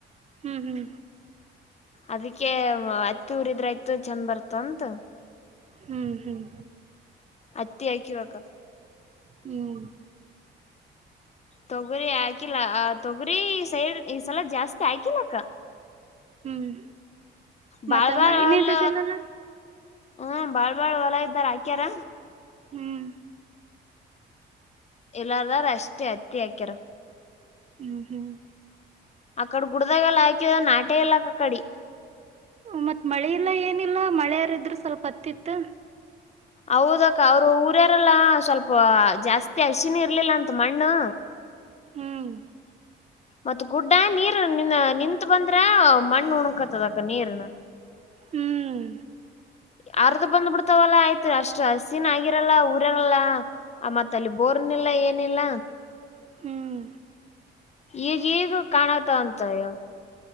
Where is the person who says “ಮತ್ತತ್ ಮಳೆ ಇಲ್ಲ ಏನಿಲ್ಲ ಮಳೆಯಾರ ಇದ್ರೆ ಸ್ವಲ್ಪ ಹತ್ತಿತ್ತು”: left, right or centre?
Right